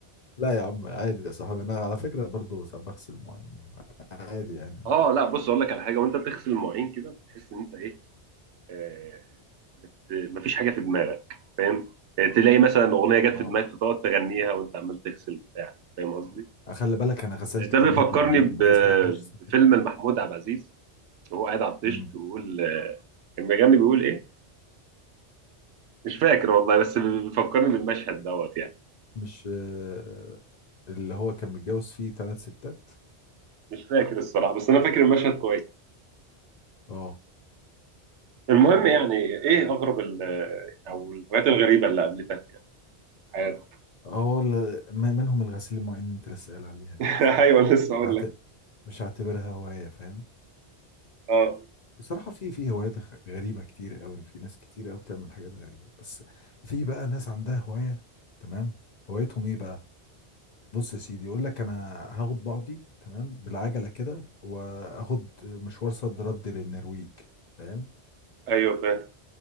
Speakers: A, on the left; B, on the right.
A: لا يا عم عادي يا صاحبي انا على فكرة برضو ساعات بغسل مواعين عادي
B: <laughs>
A: يعني
B: أه
A: مش
B: لا بص أقول لك على حاجة وأنت بتغسل المواعين كده بتحس إن أنت إيه آه ت- مفيش حاجة في دماغك فاهم آه، تلاقي مثلا أغنية جت
A: اه
B: في دماغك فتقعد تغنيها وأنت عمال تغسل بتاع فاهم قصدي؟
A: خلي بالك انا غسلت
B: ده
A: كميه
B: بيفكرني
A: مواعين
B: ب-
A: ما غسلتهاش الست
B: بفيلم
A: دي
B: لمحمود عبد العزيز وهو قاعد على الطيش
A: امم
B: بيقول آه، كان بيغني بيقول إيه؟ مش فاكر والله بس بيفكرني بالمشهد دوت يعني
A: مش آه، اللي هو كان متجوز فيه ثلاث ستات
B: مش فاكر الصراحة بس أنا فاكر المشهد كويس
A: اه
B: المهم يعني إيه أغرب ال أو الهوايات الغريبة اللي قابلتك يعني في حياتك
A: اه ال- م- منهم الغسيل المواعين اللي انت لسه قايل عليها دي
B: <laughs>
A: ف-
B: أيوه لسه
A: مش
B: أقول
A: هعت...
B: لك
A: مش هعتبرها هوايه فاهم
B: أه
A: بصراحه في في هوايات غ- غريبه كتير قوي في ناس كتير قوي بتعمل حاجات غريبه بس في بقى ناس عندها هوايه تمام هوايتهم ايه بقى بص يا سيدي يقول لك انا هاخد بعضي تمام بالعجله كده واخد مشوار صد رد للنرويج فاهم
B: أيوه فاهم